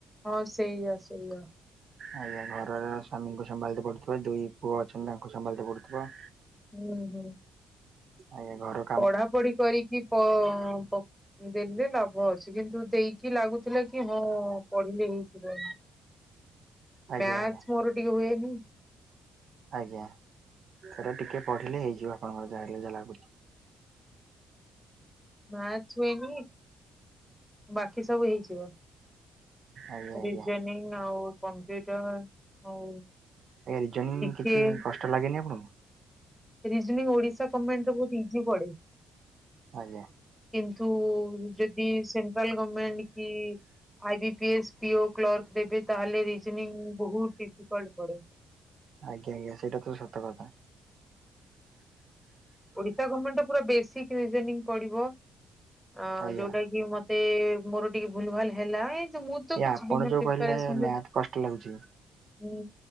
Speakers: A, in the centre; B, on the right (about 55°).
A: ହଁ ସେଇଆ ସେଇଆ।
B: ଆଜ୍ଞା ଘରର ସ୍ୱାମୀଙ୍କୁ ସମ୍ଭାଳତେ ପଡୁଥୁବ ଦୁଇ ପୁଅ ଅଛନ୍ତି ତାଙ୍କୁ ସମ୍ଭାଳତେ ପଡୁଥୁବ।
A: ଉଁ ହୁଁ।
B: ଆଜ୍ଞା ଘରୁ
A: ପଢାପଢି କରିକି ପ ପ ଦେଲେ ଲାଭ ଅଛି କିନ୍ତୁ ଦେଇକି ଲାଗୁଥିଲା କି ହଁ ପଢିଲେ ହେଇଯିବ।
B: ଆଜ୍ଞା
A: ମ୍ୟାଚ
B: ଆଜ୍ଞା
A: ମୋର ଟିକେ ହୁଏନି।
B: ଆଜ୍ଞା ଥରେ ଟିକେ ପଢିଲେ ହେଇଯିବ ଆପଣଙ୍କର ଯାହାହେଲେ ବି ଯାହା ଲାଗୁଚି।
A: ମାଥସ୍ ହୁଏନି ବାକି ସବୁ ହେଇଯିବ।
B: ଆଜ୍ଞା ଆଜ୍ଞା।
A: ରଜୋନିଂ ଆଉ କମ୍ପ୍ୟୁଟର୍ ଆଉ
B: ଆଜ୍ଞା ରିଜୋନଙ୍ଗ୍
A: ଜିକେ
B: କିଛି କଷ୍ଟ ଲାଗେନି ଆପଣଙ୍କୁ?
A: ରିଜନିଂ ଓଡିଶା ଗମେଣ୍ଟରେ ବୋହୁତ ଇଜି ପଡେ।
B: ଆଜ୍ଞା।
A: କିନ୍ତୁ ଯଦି ସେଣ୍ଟ୍ରାଲ ଗମେଣ୍ଟ କି I B P S PO clerk ଦେବେ ତାହେଲେ ରିଜନିଂ ବୋହୁତ ଡିଫିକଲଟ୍ ପଡେ।
B: ଆଜ୍ଞା ଆଜ୍ଞା ସେଇଟା ତ ସତ କଥା।
A: ଓଡିଶା ଗମେଣ୍ଟର ପୁରା ବେସିକ୍ ରିଜୋନିଂ ପଡିବ। ଅଁ
B: ଆଜ୍ଞା
A: ଯୋଉଟା କି ମତେ ମୋର ଟିକେ ଭୁଲଭାଲ ହେଲା ଏ ଯେ ମୁଁ ତ୍ ତ
B: ଏ
A: କିଛି
B: ଆପଣ
A: ବିନା
B: ଯୋଉ
A: ପ୍ରିପାରେସନରେ
B: କହିଲେ ମ୍ୟାଥ କଷ୍ଟ ଲାଗୁଛି।
A: ହୁଁ।